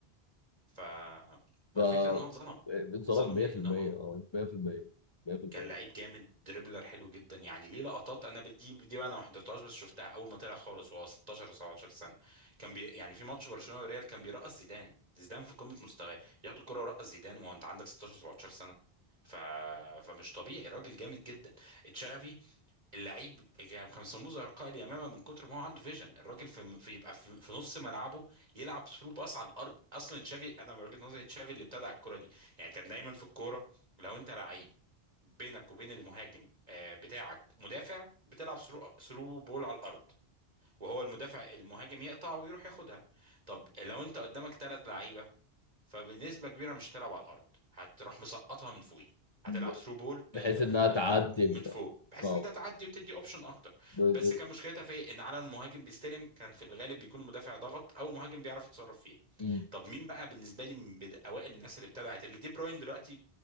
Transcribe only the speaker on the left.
ف آه،
اتظلم
100%
اه 100% 100%
ب-
بحيث
انها
تعدي ال
اه
بالظبط
مم.